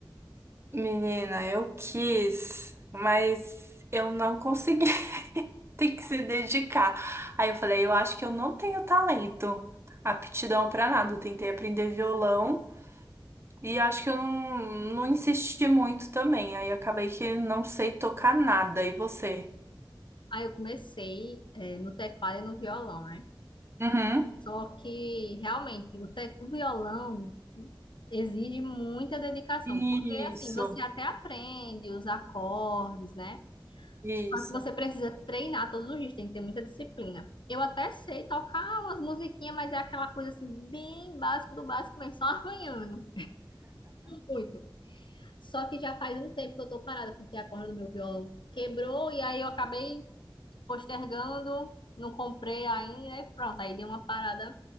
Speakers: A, on the right; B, on the left.
A: Menina, eu quis, mas eu não consegui. <laughs> Tem que se dedicar. Aí eu falei, eu acho que eu não tenho talento, aptidão pra nada. Eu tentei aprender violão e acho que eu não, não insisti muito também. Aí acabei que não sei tocar nada. E você?
B: Aí eu comecei, é, no teclado e no violão, né?
A: Uhum.
B: Só que realmente o, te... o violão exige muita dedicação,
A: Isso,
B: porque assim você até aprende os acordes, né?
A: isso.
B: Só que você precisa treinar todos os dias, tem que ter muita disciplina. Eu até sei tocar umas musiquinhas, mas é aquela coisa assim, bem básico do básico mesmo, só arranhando muito. Só que já faz um tempo que eu tô parada, porque a corda do meu violão quebrou e aí eu acabei postergando, não comprei ainda e pronto, aí deu uma parada.